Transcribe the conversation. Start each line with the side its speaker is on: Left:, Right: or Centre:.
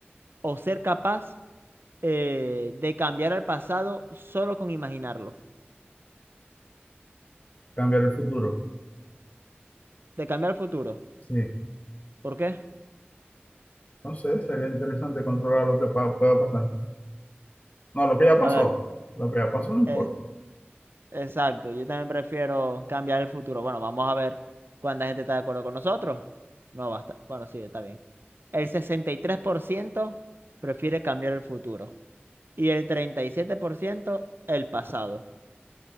Right: o ser capaz eh, de cambiar el pasado solo con imaginarlo?
Left: Cambiar el futuro.
Right: De cambiar el futuro.
Left: Sí.
Right: ¿Por qué?
Left: No sé, sería interesante controlar lo que pa- pueda pasar. No, lo que ya pasó.
Right: A ver,
Left: Lo que ya pasó no importa.
Right: eh, exacto. Yo también prefiero cambiar el futuro. Bueno, vamos a ver cuánta gente está de acuerdo con nosotros. No basta. Bueno, sí, está bien. El 63% prefiere cambiar el futuro. y el 37% el pasado.